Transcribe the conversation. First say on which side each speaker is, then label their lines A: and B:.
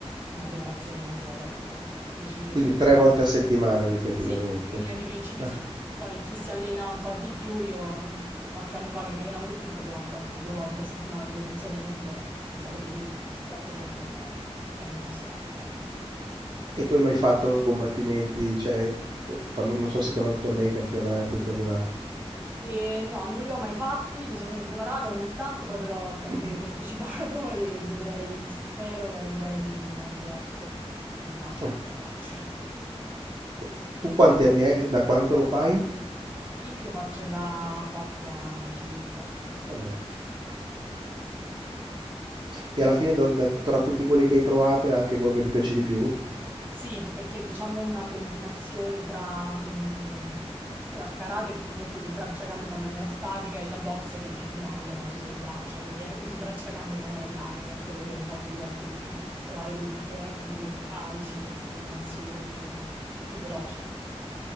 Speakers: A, on the right; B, on the right.
A: una preparazione completa per poi decidere
B: quindi
A: quello che
B: tre
A: uno vuole
B: volte
A: fare.
B: a settimana indicativamente.
A: Sì, in linea di principio
B: Ah,
A: sì. Poi chi si allena un po' di più, io mm, qualche anno fa che mi allenavo di più facevo anche altre due volte a settimana di potenziamento in sala pesi, però quello è un, è un extra, ecco.
B: E tu hai mai fatto combattimenti, cioè, to- fammi- non so se chiamano tornei, campionati o cose varie.
A: E no, non li ho mai fatti, mi sono preparata ogni tanto, poi però ho sempre
B: <clears throat>
A: posticipato <laughs> e dovrei, spero, gareggiare a giugno se riesco. E vediamo
B: Ah,
A: se ce la faccio. <laughs>
B: qu- Tu quanti anni è, che- da quanto lo fai?
A: Kick lo faccio da 4 anni circa.
B: Vabbè.
A: Sì.
B: E alla fine, do- da- tra tutti quelli che hai provato, è anche quello che ti piace di più?
A: Sì, perché è diciamo una combinazione tra, mh, tra karate che comunque usi braccia-gambe ma in maniera statica e la box che è più dinamica ma usi solo braccia, quindi eh, usi braccia-gambe in maniera dinamica, è quello che un po' mi diverte di più, provare pure più tecniche, più calci, più combinazioni, è più veloce.